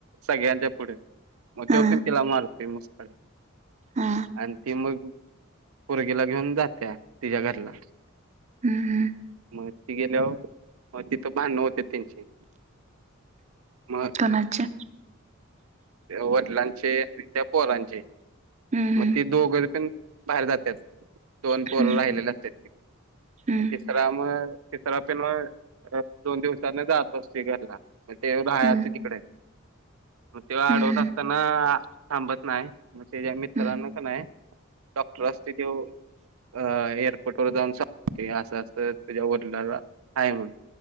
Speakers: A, on the right; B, on the right.
A: सगळ्यांच्या पुढं मग
B: हा
A: त्यो पण तिला मारतोय मुस्कडीत.
B: हा
A: आणि ती मग पुरगीला घेऊन जात्या तिजा घरला.
B: हा.. हा..
A: मग ती गेल्यावर मग तिथं भांडणं होत्यात त्यांची. मग
B: कोणाचे
A: त्या वडिलांचे आणि त्या पोरांचे
B: हं.. हं..
A: त दोघं पण बाहेर जात्यात दोन पोरं
B: हम्म
A: राहिलेली असत्यात ती
B: हम्म
A: मग ति तिसरा मग, म तिसरा पिनवा दोन दिवसानं जात असतोय घरला मग त्यो राहया
B: हम्म
A: असतोय तिकडं. मग त्यो आडवत
B: हम्म
A: असताना थांबत नाय, मग त्याच्या मित्रांनं
B: हम्म
A: क नाय डॉक्टर असतोय त्यो. अ एअरपोर्ट वर जाऊन सांगतोय, असं -असं तुझ्या वडिलाला आहे म्हणून.